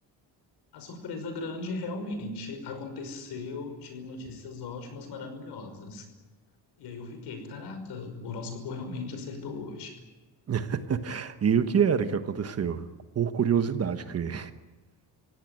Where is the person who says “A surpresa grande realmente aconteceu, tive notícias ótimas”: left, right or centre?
Left